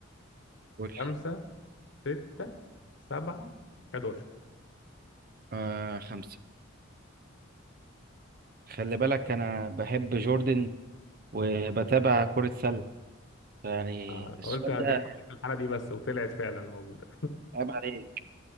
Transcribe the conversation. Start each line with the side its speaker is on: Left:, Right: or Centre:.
Right: قول
Left: خمسة
Right: لي
Left: ستة سبعة 11
Right: آه خمسة خلي بالك أنا بحب جوردن وبتابع كرة سلة يعني
Left: آه،
Right: السؤال
Left: قلت هتجمع
Right: ده
Left: لك في الحالة دي بس وطلعت فعلا موجودة
Right: عيب عليك